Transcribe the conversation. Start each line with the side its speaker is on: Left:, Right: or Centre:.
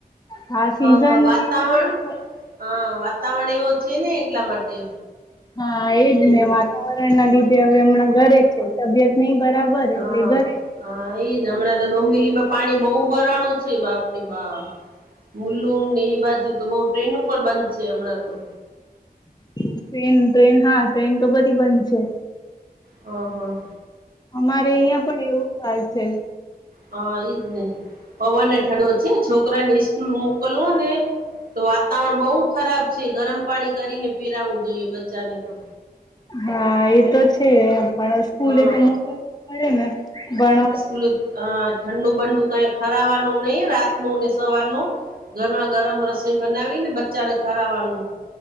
Left: હા સીઝન
Right: હા વાતાવરણ
Left: એવી છે ને <unintelligible>
Right: હા વાતાવરણ એવો છે ને એટલા માટે.
Left: હા એજ
Right: હમ
Left: ને વાત વાતાવરણ ના લીધે હવે હમણાં ઘરે છે તબિયત નહ બરાબર
Right: હા
Left: એટલે ઘરે.
Right: હા એઈજ હમણાં તો ડોબિલી માં પાણી બહુ ભરાણું છે બાપરી બા. મુલ્લુમને એવી બાજુ તો બઉ ટ્રેન પણ બંધ છે હમણાં તો.
Left: ટ્રેન ટ્રેન હા ટ્રેન તો બધી બંધ છે.
Right: હહા.
Left: અમારે અહિયાં પણ એવું હાલ છે.
Right: હા એઈજ ને પવન ઠડો છે છોકરા ને સ્સ્કૂલ મોકલવું ને તો વાતાવરણ બહુ ખરાબ છે ગરમ પાણી કરીને પીરાવું જોઈએ બચ્ચાને તો.
Left: હા એ તો છે, પણ સ્કૂલે
Right: હા
Left: તો મોકલવું પડે ને ભણવાનું
Right: આ ઠંડુ બંડું કઈ ખરાવાનું નહી રાતનું ને સવારનું, ગરમા ગરમ રસોઈ બનાવીને બચ્ચાને ખરાવાનું,